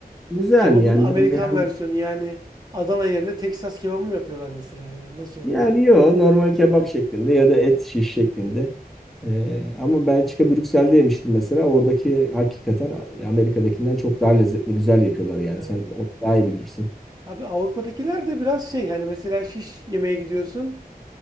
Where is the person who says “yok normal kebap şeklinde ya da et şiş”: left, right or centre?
Centre